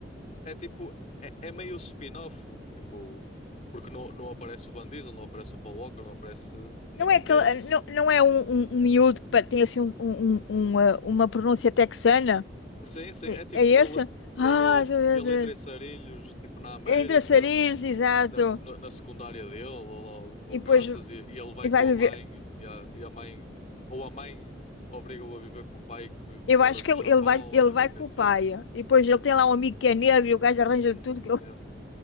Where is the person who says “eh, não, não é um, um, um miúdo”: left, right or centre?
Left